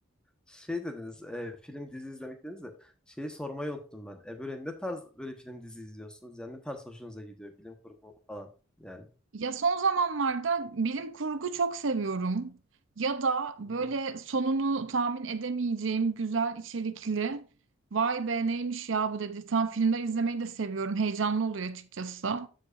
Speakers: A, in the centre; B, on the right.
A: Şey dediniz, e, film dizi izlemek dediniz de şeyi sormayı unuttum ben. E, böyle ne tarz böyle film dizi izliyorsunuz? Yani ne tarz hoşunuza gidiyor? Bilim kurgu falan yani.
B: Ya son zamanlarda bilim kurgu çok seviyorum. Ya da böyle
A: Hı hı.
B: sonunu tahmin edemeyeceğim güzel içerikli. Vay be neymiş ya bu dedirten filmler izlemeyi de seviyorum. Heyecanlı oluyor açıkçası.